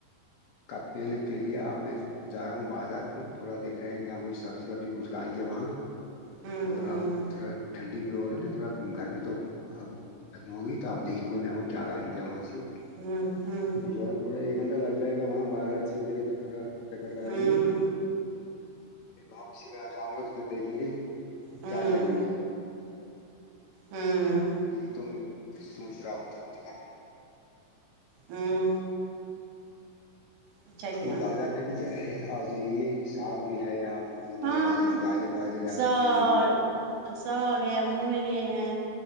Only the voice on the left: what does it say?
کب پینے پی لیا ا میں جا رہا ہوں بازار کو تھوڑا دیکھ رہے ہیں کہاں کوئی سبزی وبزی کچھ لائیں گے وہاں
اور اب تھوڑا ٹھنڈی بھی ہو رہی ہے نا تھوڑا گرمی تو اب ختم ہوگئی تو اب دیکھیں گے میں وہ کیا لائیں گے وہاں سے
کیونکہ جا رہا ہوں، تھوڑا ایک گھنٹہ لگ جائے گا وہاں بازار سے ادھر ادھر تھوڑا چکر لگائیں
گی پھر واپی و آ جاؤں گا تو پھر دیکھیں گے
کیا کریں گے
تو یہی تو سوچ رہا ہوں تبھی تو گرمی ہی نہیں
ابھی
بازار میں بھی کہ ہے آ جائیے ساگ بھی ہے یا ا مول
یا یا کچھ گاجر واجر یا
کچھ صاہ یہی